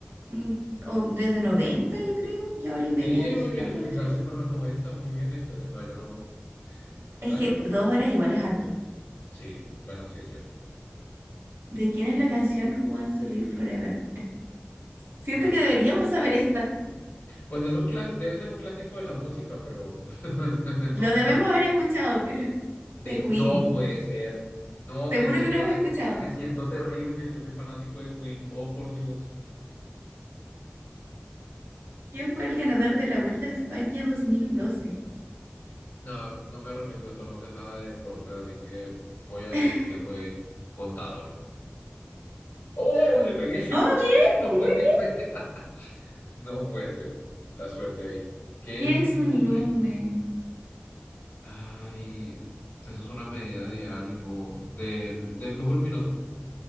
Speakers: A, on the right; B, on the left.
A: Mm, O desde noventa, yo creo, ya hora y media
B: Sí,
A: es
B: muy bien,
A: largometraje.
B: <laughs> la con los 90, muy bien, excelente. No, yo no.
A: Es
B: No,
A: que
B: yo.
A: dos horas igual es harto.
B: Sí, bueno, sí, es cierto.
A: ¿De quién es la canción Who Wants to Live Forever? Siento
B: <laughs> Mal.
A: que deberíamos saber esta.
B: Pues es un clas- debe ser un clásico de la música, pero <laughs>
A: Lo
B: no,
A: debemos
B: no.
A: haber escuchado, pero <laughs>
B: De-
A: de Queen.
B: no puede ser. No,
A: Seguro
B: me siento
A: que lo hemos
B: te-
A: escuchado.
B: me siento terrible. Yo soy fanático de Queen. Oh, por Dios.
A: ¿Quién fue el ganador de la Vuelta a España dos mil doce?
B: No, no me arrepiento de esto, no sé nada de deportes, así que voy a decir
A: <laughs>
B: que fue contador. ¡Oh! Le pegué. <laughs>
A: ¡Oh, bien!
B: No puede
A: Muy bien.
B: ser. <laughs> No puede ser. La suerte ahí. ¿Qué
A: ¿Qué
B: es un
A: es un
B: lumen?
A: lumen?
B: Ay, eso es una medida de algo, del, del flujo luminoso.